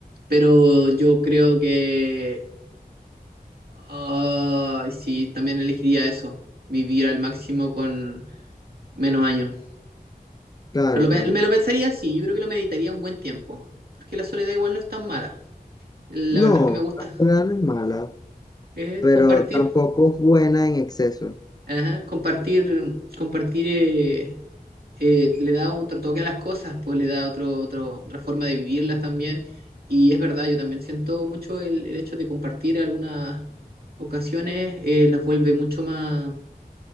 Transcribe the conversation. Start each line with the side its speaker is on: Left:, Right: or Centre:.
Right: Pero yo creo que... ah, sí, también elegiría eso. Vivir al máximo con menos años.
Left: Claro,
Right: Pero lo
Left: claro.
Right: pe- me lo pensaría, sí. Yo creo que lo meditaría un buen tiempo. Porque la soledad igual no es tan mala. La
Left: No,
Right: verdad es que me gusta.
Left: la cura no es mala,
Right: eh,
Left: pero
Right: compartir.
Left: tampoco es buena en exceso.
Right: Ajá, compartir, compartir eh, eh, le da otro toque a las cosas, pues le da otro, otro- otra forma de vivirlas también. Y es verdad, yo también siento mucho el, el hecho de compartir algunas ocasiones, eh, las vuelve mucho más,